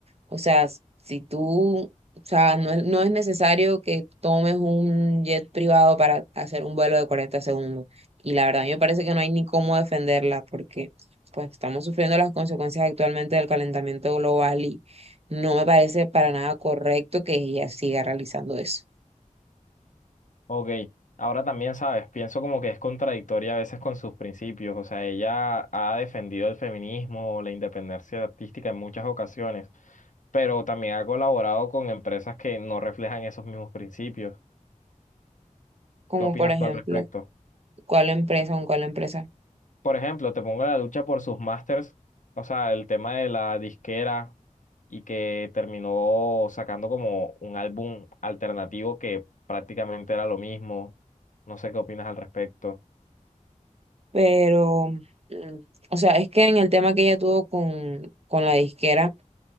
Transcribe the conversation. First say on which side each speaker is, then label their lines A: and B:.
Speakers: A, on the right; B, on the left.
A: O sea, si tú, o sea, no es, no es necesario que tomes un jet privado para hacer un vuelo de 40 segundos. Y la verdad, a mí me parece que no hay ni cómo defenderla porque pues estamos sufriendo las consecuencias actualmente del calentamiento global y no me parece para nada correcto que ella siga realizando eso.
B: Ok, ahora también sabes, pienso como que es contradictoria a veces con sus principios. O sea, ella ha defendido el feminismo, la independencia artística en muchas ocasiones pero también ha colaborado con empresas que no reflejan esos mismos principios.
A: Como
B: ¿Qué opinas
A: por ejemplo,
B: tú al respecto?
A: cuál empresa o cuál empresa.
B: Por ejemplo, te pongo la lucha por sus masters, o sea, el tema de la disquera y que terminó sacando como un álbum alternativo que prácticamente era lo mismo. No sé qué opinas al respecto.
A: Pero, mm, o sea, es que en el tema que ella tuvo con, con la disquera